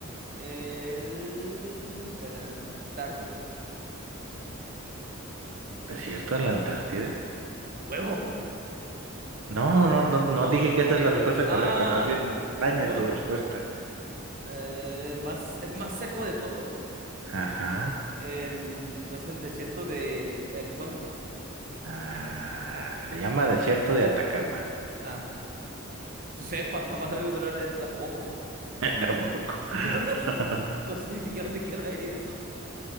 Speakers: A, on the right (about 45°); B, on the right (about 75°).
A: El de la Antártida.
B: ¿Desierto en la Antártida?
A: A huevo,
B: No, no, no, no
A: ¿no?
B: dije que esa es la respuesta
A: Ah,
B: correcta, más bien me extraña
A: bueno,
B: tu respuesta.
A: eh, más, el más seco de todos.
B: Ajá.
A: El, ¿no es el desierto de Arizona?
B: Ah, se llama Desierto de Atacama.
A: Ah, pues sepa, jamás había oído hablar de ese tampoco.
B: <laughs> Tampoco. <laughs>
A: <laughs> No sé ni siquiera dónde queda eso.